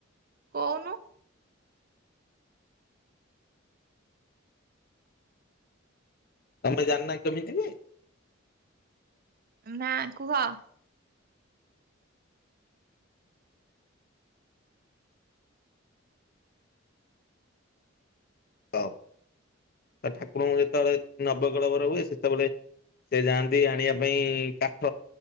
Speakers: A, on the right (about 45°); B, on the left (about 50°).
A: କୋଉନୁ।
B: ତମେ ଜଣିନା କେମିତି ହୁଏ?
A: ନାଁ କୁହ।
B: ହଉ ତ ଠାକୁରଙ୍କୁ ଯେତୋଳେ ନବକଳେବର ହୁଏ ସେତବେଳେ ସେ ଯାଆନ୍ତି ଆଣିବା ପାଇଁ କାଠ।